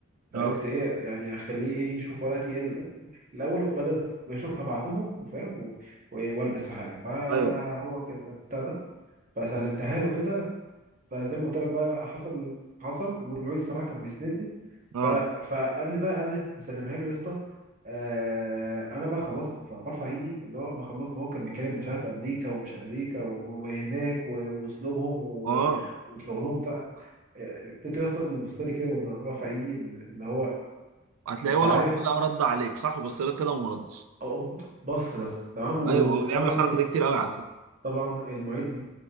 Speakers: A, on the right; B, on the right.
A: فقلت
B: اه
A: ايه يعني اخليه ايه يشوف ورقتي ال- الاول بدل ما يشوفها بعدهم وفاهم و- و- والبس في حاجه فهو
B: ايوه
A: كده ابتدى فسلمتها له كده فزي ما قلت لك بقى حصل حصل والمعيد الصراحه كان بيسندني
B: اه
A: ف فقبل بقى قبل ما اسلمها له يا اسطى آه انا بقى خلصت فبرفع ايدي اللي هو بقى خلصت هو كان بيتكلم مش عارف امريكا ومش امريكا وهناك و- واسلوبهم و-
B: اه
A: وشغلهم بتاع آه، لقيته يا اسطى بيبص لي كده وانا رافع ايدي اللي هو
B: هتلاقيه
A: انت
B: ولا
A: عارف
B: ولا رد عليك صح بص لك كده وما ردش
A: أو- بص بس تمام وطبعا
B: ايوه هو بيعمل الحركه دي كتير قوي على فكره
A: طبعا المعيد